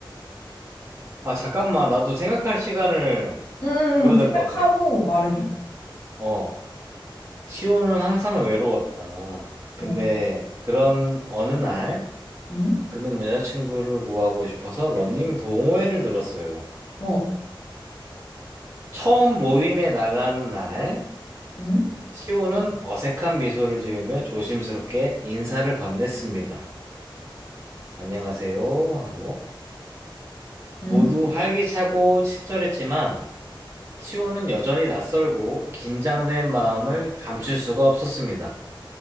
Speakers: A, on the right (about 30°); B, on the left (about 35°).
A: 아, 잠깐만. 나도 생각할 시간을
B: 음,
A: 줘야
B: 음, 생각하고
A: 될 것 같아.
B: 말해줘.
A: 어. 치호는 항상 외로웠다. 근데
B: 어,
A: 그런 어느 날
B: 음,
A: 그는 여자친구를 구하고 싶어서 러닝 동호회를 들었어요.
B: 어,
A: 처음 모임에 나간 날
B: 음,
A: 시온은 어색한 미소를 지으며 조심스럽게 인사를 건넸습니다. 안녕하세요 하고
B: 음.
A: 모두 활기차고 친절했지만 시온은 여전히 낯설고 긴장된 마음을 감출 수가 없었습니다.